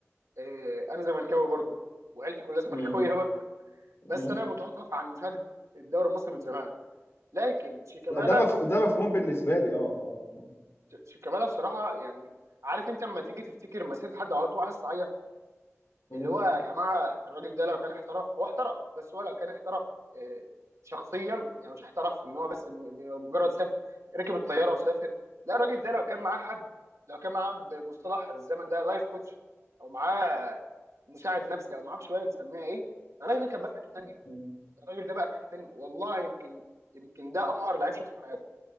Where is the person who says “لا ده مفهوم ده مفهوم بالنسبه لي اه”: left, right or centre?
Left